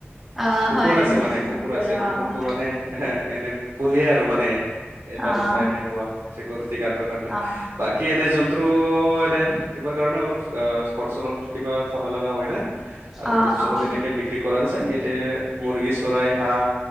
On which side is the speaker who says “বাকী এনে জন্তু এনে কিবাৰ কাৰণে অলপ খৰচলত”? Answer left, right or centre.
Right